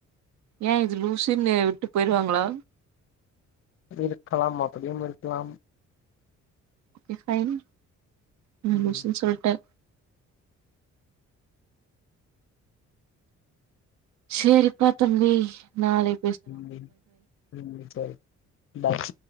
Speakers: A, on the right (about 65°); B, on the left (about 45°).
A: ஏ இது லூசுன்னு என விட்டு போயிடுவாங்களா
B: இருக்கலாம் அப்டியும் இருக்கலாம்
A: ஓகே பைன் என
B: ம்
A: லூசுனு சொல்ட்ட சேரிப்பா தம்பி நாளி
B: ம் ம் சேரி பாய்